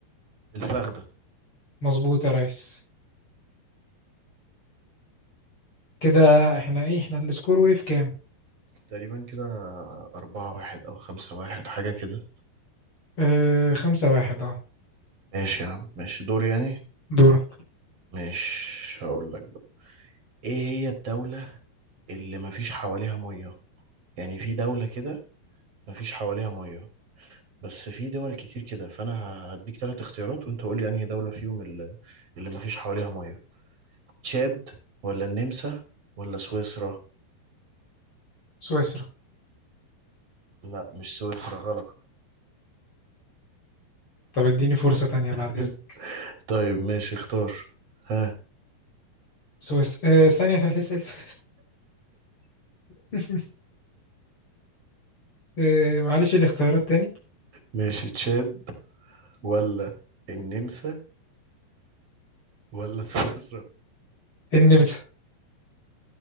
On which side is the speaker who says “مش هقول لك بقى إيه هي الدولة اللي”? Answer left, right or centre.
Right